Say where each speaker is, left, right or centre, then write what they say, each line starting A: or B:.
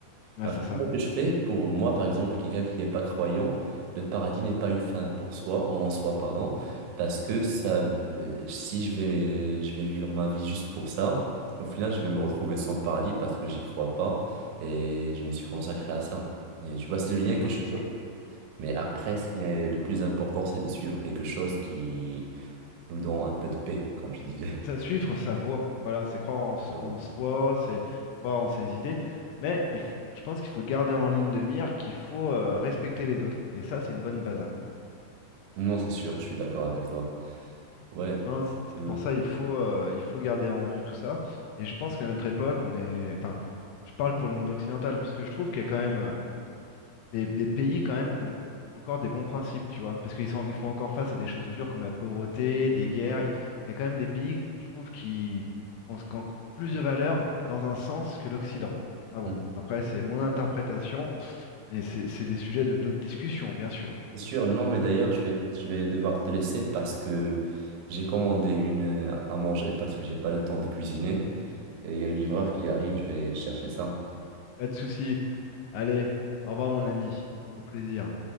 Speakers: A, on the left; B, on the right.
A: Ah,
B: Alors,
A: c'est ça.
B: comment que je fais pour moi, par exemple, quelqu'un qui n'est pas croyant, le paradis n'est pas une fin pour soi, en en soi, pardon, parce que ça, v- si je vais, je vais vivre ma vie juste pour ça, au final, je vais me retrouver sans paradis parce que j'y crois pas et je me suis consacré à ça. Et tu vois, c'est le lien que
A: Ah,
B: je
A: c'est ça.
B: fais. Mais après, ce qui est le plus important, c'est de suivre quelque chose qui nous donne un peu de paix, comme tu disais.
A: C'est ça, suivre sa voie. Voilà, c'est croire en, s-
B: Exactement.
A: en soi, c'est croire en ses idées. Mais il faut- je pense qu'il faut garder en ligne de mire qu'il faut euh, respecter les autres. Et ça, c'est une bonne base à mon avis.
B: Non, c'est sûr, je suis d'accord avec toi. Ouais.
A: Non, c- c'est
B: Euh,
A: pour ça il faut, euh, il faut garder en vue tout ça. Et je pense qu'à notre époque, on est. Enfin, je parle pour le monde occidental, parce que je trouve qu'il y a quand même. euh, des, des pays quand même qui ont encore des bons principes, tu vois, parce qu'ils sont, ils font encore face à des choses dures comme la pauvreté, des guerres. Il, il y a quand même des pays, je trouve, qui, qui ont, qui ont plus de valeur dans un sens que l'Occident. Ah bon,
B: hmm.
A: après, c'est mon interprétation et c'est c'est des sujets de d'autres discussions, bien sûr.
B: C'est sûr, non, mais d'ailleurs, je vais, je vais devoir te laisser parce que j'ai commandé une euh, à manger parce que j'ai pas le temps de cuisiner. Et il y a le livreur qui arrive, je vais chercher ça.
A: Pas de souci. Allez, au revoir, mon ami. Au plaisir.